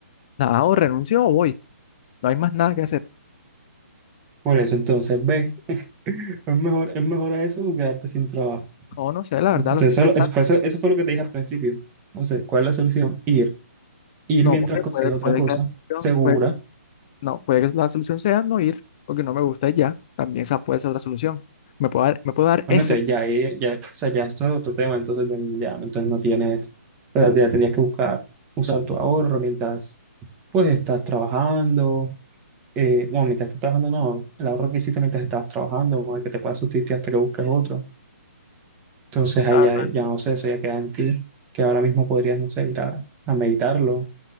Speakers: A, on the left; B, on the right.
A: Nada, o renuncio o voy, no hay más nada que hacer.
B: Por eso, entonces, ve, es mejor, es mejor a eso que quedarte sin trabajo.
A: No, no sé, la verdad,
B: Entonces,
A: lo estoy pensando.
B: eso, es- eso, eso fue lo que te dije al principio. Entonces, ¿cuál es la solución? Ir ir
A: No,
B: mientras
A: porque
B: consigues
A: puede, puede
B: otra cosa
A: que la solución,
B: segura.
A: pues, no, puede que la solución sea no ir, porque no me gusta y ya. También esa puede ser la solución. Me puedo dar, me puedo dar
B: Bueno,
A: ese.
B: entonces ya, ahí- ya, o sea, ya esto es otro tema, entonces bueno, ya, entonces no tienes, o sea, ya tendrías que buscar usar tu ahorro mientras pues estás trabajando, eh, bueno, mientras estás trabajando no, el ahorro que hiciste mientras estabas trabajando, o el que te pueda sustituir hasta que busques otro. Entonces ahí
A: ah,
B: ya, ya no sé, eso ya queda en ti, que ahora mismo podrías, no sé, ir a, a meditarlo,